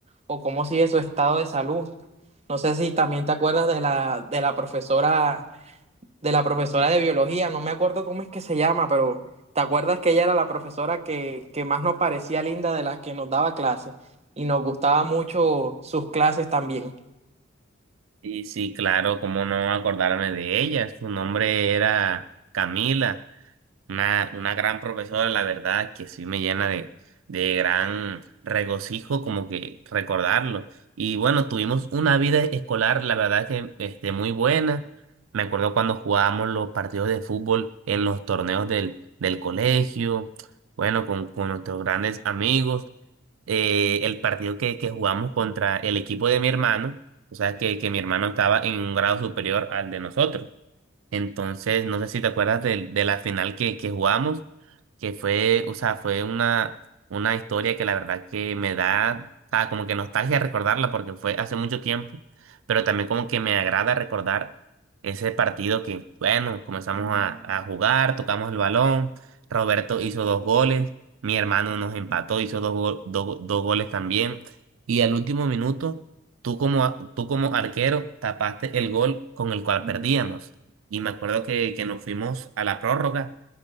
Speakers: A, on the right; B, on the right.
A: o cómo sigue su estado de salud. No sé si también te acuerdas de la, de la profesora de la profesora de biología, no me acuerdo cómo es que se llama, pero ¿te acuerdas que ella era la profesora que, que más nos parecía linda de las que nos daba clases? Y nos gustaba mucho sus clases también.
B: Y sí, claro, cómo no acordarme de ella. Su nombre era Camila. Una, una gran profesora, la verdad, que sí me llena de, de gran regocijo como que recordarlo. Y bueno, tuvimos una vida escolar, la verdad que este, muy buena. Me acuerdo cuando jugábamos los partidos de fútbol en los torneos del, del colegio, bueno, con, con nuestros grandes amigos. Eh, el partido que, que jugamos contra el equipo de mi hermano, o sea, que, que mi hermano estaba en un grado superior al de nosotros. Entonces, no sé si te acuerdas de, de la final que, que jugamos, que fue, o sea, fue una, una historia que la verdad que me da, ah, como que nostalgia recordarla porque fue hace mucho tiempo, pero también como que me agrada recordar ese partido que, bueno, comenzamos a, a jugar, tocamos el balón, Roberto hizo dos goles, mi hermano nos empató, hizo dos, go- do- dos goles también, y al último minuto, tú como, tú como arquero tapaste el gol con el cual perdíamos y me acuerdo que, que nos fuimos a la prórroga